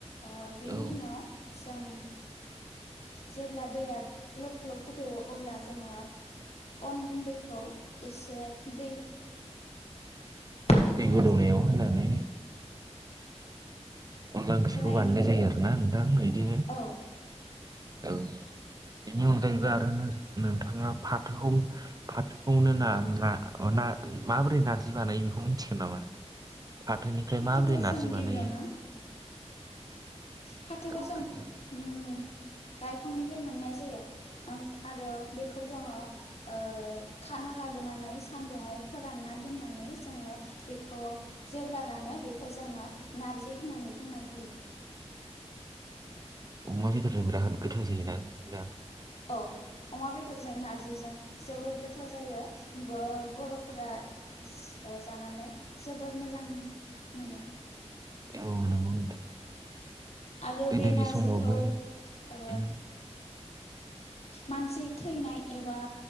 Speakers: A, on the left; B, on the right.
A: ओह बेनि
B: औ
A: उनाव जों जेब्ला दैया ग्लब ग्लब गोदौवो अब्ला जोङो अन गुन्दैखौ एसे दै गलायनानै
B: दै
A: होनाय
B: गोदौनायाव
A: जायो
B: होनानै अनला ओंख्रिखौ
A: होनायनि
B: बानायनाय जायो आरोना नोंथां बिदिनो
A: औ
B: औ बेनि अनगायैबो आरो नो नोंथाङा फाथोखौ फाथोखौनो ना - ना अ ना माबोरै नारजि बानायो बेखौ मिथिगोन नामा? फाथोनिफ्राय
A: फाथोखौ
B: माबोरै नार्जि
A: जों
B: बानायो?
A: गिबियावनो फाथोखौ
B: औ
A: जों
B: नोंथां
A: ओम लाइफांनिफ्राय मोननाय जायो आरो बेखौ जोङो ओह खाना लाबोनानै सानदुंआव फोरानना दोननानै जोङो बेखौ जेब्ला रानो बेखौ जोङो नारजि होननानै बुंनाय जायो।
B: अमा बेदरजों बेराद गोथाव जायोना जानो
A: औ अमा बेदरजों नारजिजों जोबोर गोथाव जायो बो बर'फोरा ओह जानानै जोबोर मोजां मोनो
B: औ नोंगौ नोंथां
A: आरो
B: गोदोनि
A: बे नारजिखौ
B: समावबो
A: ओ
B: उम
A: मानसि थैनाय एबा